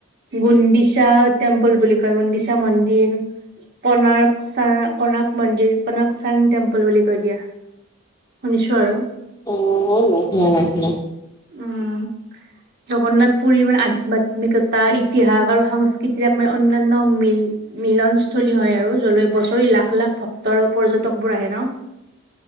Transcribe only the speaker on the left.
অ নাই শুনা নাই শুনা